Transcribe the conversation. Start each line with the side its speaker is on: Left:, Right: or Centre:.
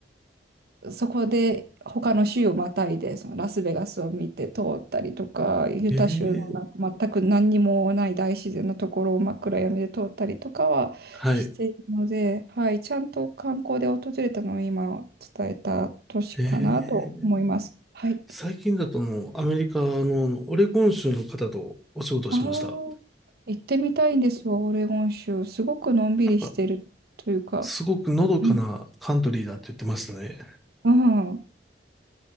Right: そこで他の州をまたいで、そのラスベガスを見て通ったりとか、ユタ州のなんか全く何にもない大自然のところを真っ暗闇で通ったりとかはしているので、
Centre: えー、はい。
Right: はい、ちゃんと観光で訪れたのを今伝えた都市かなと思います。
Centre: えー、
Right: はい。
Centre: 最近だとあの、アメリカの、あのオレゴン州の方とお仕事をしました。
Right: ああ、行ってみたいんですよ、オレゴン州。すごくのんびりしてるというか、
Centre: なんか、すごくのどかなカントリーだって言ってましたね。
Right: うん、うん、